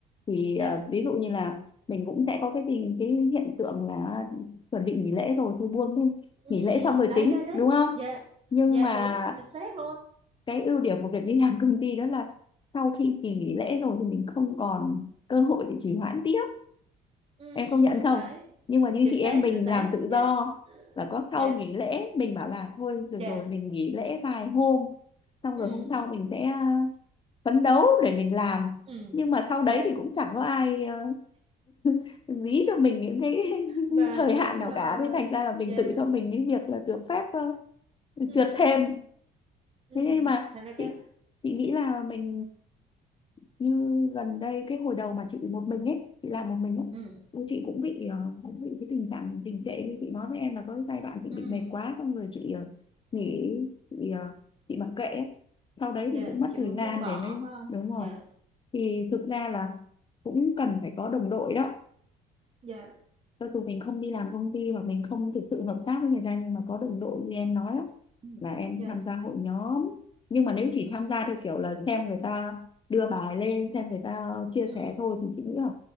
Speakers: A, on the left; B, on the right.
A: thì
B: dạ
A: à, ví dụ như là mình cũng sẽ có cái tình cái hiện tượng là chuẩn bị nghỉ lễ rồi thôi buông thôi
B: ừ,
A: nghỉ lễ xong rồi
B: đấy
A: tính
B: đấy đấy
A: đúng không
B: dạ
A: nhưng
B: dạ
A: mà
B: đúng chính xác luôn
A: cái ưu điểm của việc đi <laughs> làm công ty đó là sau khi kỳ nghỉ lễ rồi thì mình không còn cơ hội để trì hoãn tiếp
B: ừ,
A: em công nhận không
B: đấy
A: nhưng mà như
B: chính
A: chị
B: xác
A: em mình
B: chính xác
A: làm tự
B: dạ
A: do và có sau
B: dạ
A: nghỉ lễ mình bảo là thôi được
B: dạ
A: rồi mình nghỉ lễ vài hôm xong
B: ừ,
A: rồi hôm sau mình sẽ phấn đấu để mình làm
B: ừ,
A: nhưng mà sau
B: dạ
A: đấy thì cũng chẳng có ai ờ, <laughs> dí cho mình những cái <laughs>
B: vâng
A: thời
B: đúng
A: hạn nào
B: rồi
A: cả thế thành ra là mình
B: dạ
A: tự cho mình cái việc là được phép ờ,
B: ừ,
A: trượt thêm
B: ừ,
A: thế nhưng mà
B: thành ra cái
A: chị chị nghĩ là mình như gần đây cái hồi đầu mà chị một mình ấy chị làm một mình ấy
B: ừ,
A: Ôi, chị cũng bị ờ, cũng bị cái tình trạng tình trệ như chị nói với em là có cái giai đoạn chị
B: ừ,
A: bị mệt quá xong rồi chị ờ, nghỉ chị ờ, chị mặc kệ ấy. sau đấy
B: dạ
A: thì cũng mất
B: chị
A: thời
B: muốn
A: gian
B: buông bỏ
A: để mới
B: phải không
A: đúng
B: dạ
A: rồi thì thực ra là cũng cần phải có đồng đội đó
B: dạ
A: cho dù mình không đi làm công ty hoặc mình không thực sự hợp tác với người ta nhưng mà có đồng đội như em nói đó,
B: ừ,
A: là em
B: dạ
A: tham gia hội nhóm nhưng mà nếu chỉ
B: ừ,
A: tham gia theo kiểu là xem người ta đưa bài lên xem người ta chia
B: ừ.
A: sẻ thôi thì chị nghĩ là